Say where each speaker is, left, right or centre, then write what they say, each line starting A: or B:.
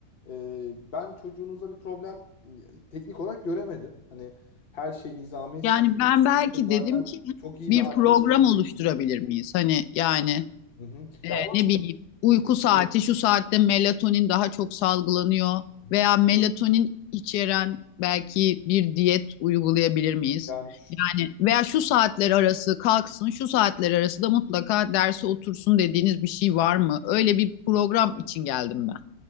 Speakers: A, on the left (about 45°); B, on the left (about 70°).
A: e, ben çocuğunuzda bir problem e, teknik olarak göremedim. Hani her şey nizami
B: Yani ben belki
A: Zaten
B: dedim ki
A: çok iyi
B: bir
A: bir
B: program
A: annesiz
B: oluşturabilir
A: belki.
B: miyiz? Hani yani
A: Hı hı.
B: e,
A: Ya o
B: ne bileyim uyku
A: hı
B: saati şu saatte melatonin daha çok salgılanıyor
A: hı.
B: veya melatonin içeren belki bir diyet uygulayabilir miyiz?
A: yani
B: Yani veya şu saatler arası kalksın, şu saatler arası da mutlaka derse otursun dediğiniz bir şey var mı? Öyle bir program için geldim ben.